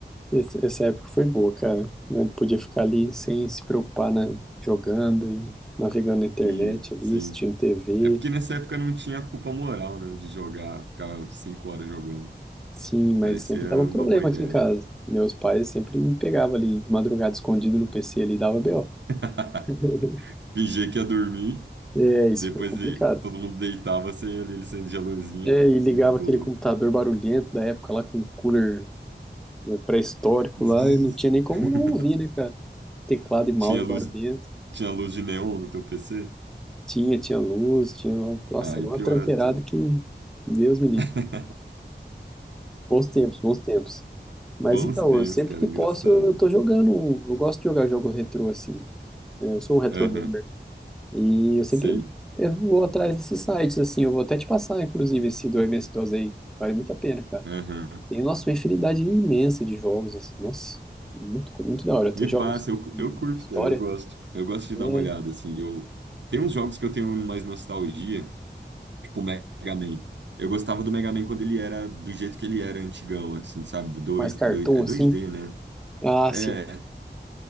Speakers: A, in the centre; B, on the right.
A: Esse- Essa época foi boa, cara. Eu podia ficar ali sem se preocupar, né? Jogando e navegando na internet
B: E,
A: ali,
B: sim.
A: assistindo TV.
B: É porque nessa época não tinha culpa moral, né, de jogar, ficar cinco horas jogando.
A: Sim, mas
B: Parecia
A: sempre dava problema
B: uma boa ideia.
A: aqui em casa. Meus pais sempre me pegavam ali de madrugada escondido no PC ali e dava BO.
B: <laughs>
A: <laughs>
B: Fingia que ia dormir,
A: É, isso
B: depois
A: foi complicado.
B: ele- todo mundo deitava, você ia ali acendia a luzinha
A: É, e ligava
B: e boa.
A: aquele computador barulhento da época lá com cooler né, pré-histórico
B: Vuv.
A: lá, e não tinha nem como
B: <laughs>
A: não ouvir, né, cara? Teclado e mouse
B: Tinha luz,
A: barulhento.
B: tinha luz de neon no teu PC?
A: Tinha, tinha luz, tinha. Nossa,
B: Aí
A: era
B: piora
A: uma tranqueirada
B: tudo.
A: que. Deus me livre.
B: <laughs>
A: Bons tempos, bons tempos. Mas
B: Bons
A: então,
B: tempos,
A: eu sempre
B: cara,
A: que
B: engraçado.
A: posso, eu, eu tô jogando. um- Eu gosto de jogar jogo retrô assim. É, eu sou um retro
B: Aham,
A: E eu
B: sei.
A: sempre eu vou atrás desses sites, assim, eu vou até te passar, inclusive, esse do MS-DOS aí. Vale muito a pena, cara.
B: Aham.
A: Tem, nossa, uma infinidade imensa de jogos, assim, nossa, muito, muito da hora. Tem
B: Me
A: jogos
B: passa, eu,
A: de,
B: eu
A: de
B: curto,
A: história,
B: cara, eu gosto. Eu gosto de
A: né?
B: dar uma olhada, assim. Eu, tem uns jogos que eu tenho mais nostalgia. Tipo, o Mega Man. Eu gostava do Mega Man quando ele era do jeito que ele era, antigão, assim, sabe? Dois,
A: Mais cartoon,
B: dois, é dois
A: assim.
B: d né?
A: Ah,
B: É,
A: sim.